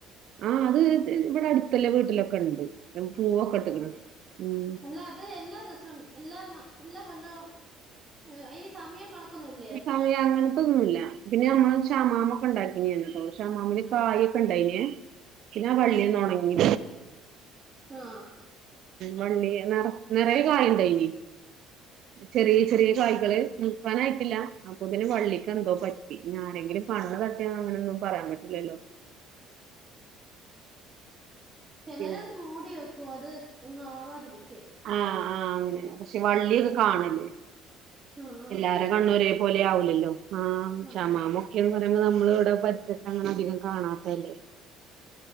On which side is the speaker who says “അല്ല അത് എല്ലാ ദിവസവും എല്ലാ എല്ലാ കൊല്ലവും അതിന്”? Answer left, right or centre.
Right